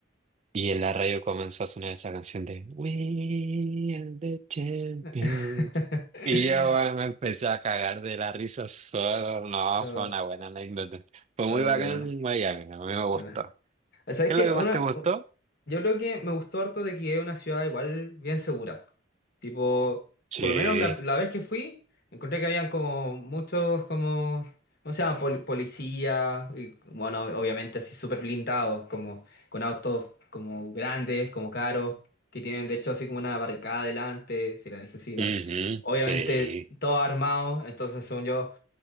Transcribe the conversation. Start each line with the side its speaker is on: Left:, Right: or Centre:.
Right: Y en la radio comenzó a sonar esa canción de We are the champions.
Left: <laughs>
Right: Y yo bueno, me empecé a cagar de la risa solo. No,
Left: No,
Right: fue una buena anécdota. Fue muy
Left: no,
Right: bacán
Left: qué buena.
Right: en Miami, a mí me gustó.
Left: Buena. ¿Sabes
Right: ¿Qué
Left: qué?
Right: es lo que más
Left: Una,
Right: te gustó?
Left: u- yo creo que me gustó harto de que es una ciudad igual bien segura. Tipo,
Right: Sí,
Left: por lo menos la, la vez que fui, encontré que habían como muchos como, o sea, policías, y bueno, obviamente así súper blindados, como con autos como grandes, como caros, que tienen de hecho así como una barricada delante, si la necesitan.
Right: ujú,
Left: Obviamente
Right: sí,
Left: todos armados, entonces según yo